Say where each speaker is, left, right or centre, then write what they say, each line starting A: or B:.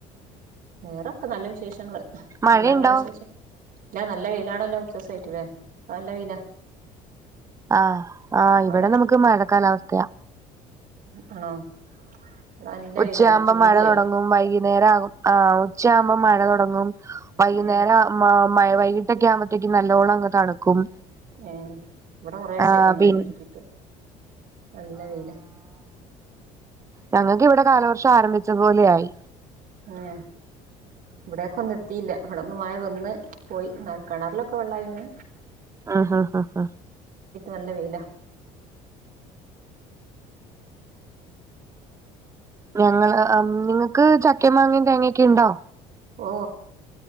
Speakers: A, on the right; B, on the right.
A: വേറെൊക്കെ നല്ല വിശേഷങ്ങള്
B: മഴയുണ്ടോ
A: എന്താ ഇങ്ങളെ വിശേഷം ഇല്ല നല്ല വെയിലാണല്ലേ കുറച്ചു സായിട്ട് ല്ലേ നല്ല വെയിലാ
B: ആഹ് ആഹ്
A: അവിടെ
B: ഇവിടെ നമുക്ക് മഴ കാലാവസ്ഥയാ
A: ആണോ? ഇവിടെ നല്ല
B: ഉച്ചയാകുമ്പോം
A: വെയിലാ നല്ല ചൂടു
B: മഴ
A: ആയി
B: തുടങ്ങും വൈകി നേരകും ആഹ് ഉച്ച ആകുമ്പം മഴ തുടങ്ങും വൈകുന്നേരം.
A: ഏഹ്
B: മ വൈകീട്ടൊക്കെ ആവുമ്പഴത്തേക്ക് നല്ലോണം അങ്ങ് തണുക്കും.
A: ഉ ഇവിടെ കൊറേ ദസായിരുന്നു
B: ആഹ് പിൻ
A: കിട്ടിട്ട് നല്ല വെയില.
B: ഞങ്ങൾക്ക് ഇവിടെ കാലവർഷം ആരംഭിച്ചതു പോലെ ആയി.
A: ന്നെ. ഇവിടെ ക്കെ ഒന്നെത്തിയില്ല അവിടെ ഒന്നും. ഇന്ന് പോയി കിണറിലൊക്കെ വെള്ളമായിണ്.
B: ആഹ് ഹ ആഹ് ഹ ഹ.
A: നല്ല വെയിലാ.
B: ഞങ്ങള് നിങ്ങൾക്ക് ചക്ക മാങ്ങയും തേങ്ങൊക്കെ ഉണ്ടോ?
A: ഓ